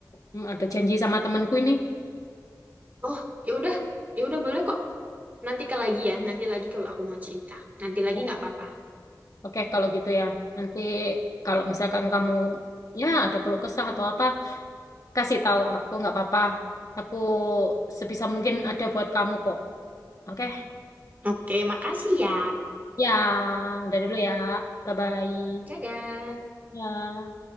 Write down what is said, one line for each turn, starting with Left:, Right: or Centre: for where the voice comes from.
Left: hmm, ada janji sama temanku ini.
Right: Oh, ya udah, ya udah boleh kok. Nanti ke lagi ya, nanti lagi kalau aku mau cerita. Nanti lagi
Left: Ya.
Right: nggak apa-apa.
Left: Oke, kalau gitu ya. Nanti kalau misalkan kamu ya ada keluh kesah atau apa, kasih tahu aku nggak apa-apa. Aku sebisa mungkin ada buat kamu kok. Oke?
Right: Oke, makasih ya.
Left: Ya, udah dulu ya. Bye-bye.
Right: Dadah.
Left: Ya.